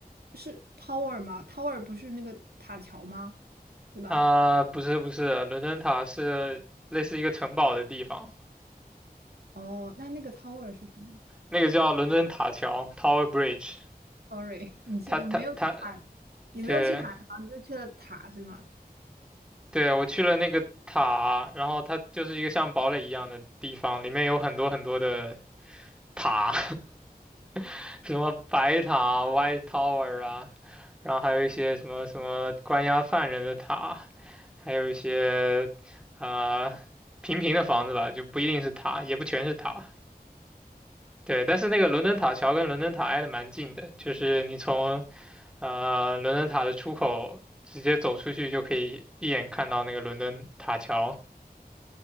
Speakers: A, on the right; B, in the centre.
A: 是 tower 吗？tower 不是那个塔桥吗？对吧？
B: 啊，不是不是，伦敦塔是类似一个城堡的地方，
A: 哦，那那个 tower 是什么
B: 那个叫伦敦塔桥 （Tower Bridge）。
A: ？Sorry，你去你没有去塔，
B: 它它它，
A: 你没有去塔桥，
B: 对
A: 你就去了塔是吗？
B: 对，我去了那个塔，然后它就是一个像堡垒一样的地方，里面有很多很多的塔，<laughs> 什么白塔 （White Tower） 啊，然后还有一些什么什么关押犯人的塔，还有一些呃平平的房子吧，就不一定是塔，也不全是塔。对，但是那个伦敦塔桥跟伦敦塔挨得蛮近的，就是你从呃伦敦塔的出口直接走出去就可以一眼看到那个伦敦塔桥。